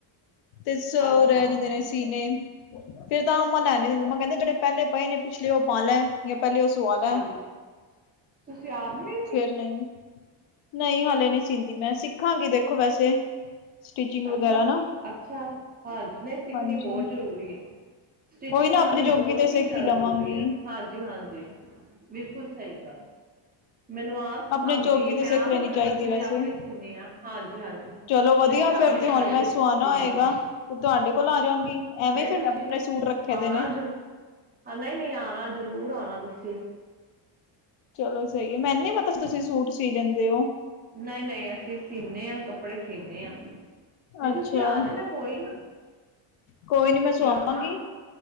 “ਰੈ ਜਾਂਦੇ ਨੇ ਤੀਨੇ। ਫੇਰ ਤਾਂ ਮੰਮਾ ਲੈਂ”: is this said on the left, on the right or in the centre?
Left